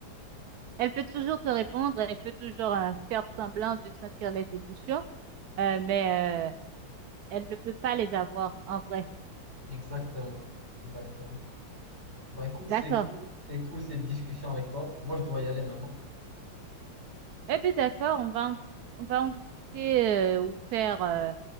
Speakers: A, on the right; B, on the right.
A: Elle peut toujours te répondre, elle peut toujours euh, faire semblant de sentir les émotions, euh, mais euh, elle ne peut pas les avoir en vrai.
B: Exactement, exactement. Bah écoute, c'est
A: D'accord.
B: cool, c'est cool cette discussion avec toi. Moi, je dois y aller maintenant.
A: Eh bien, d'accord, on va en, dis- on va en discuter euh, ou faire euh,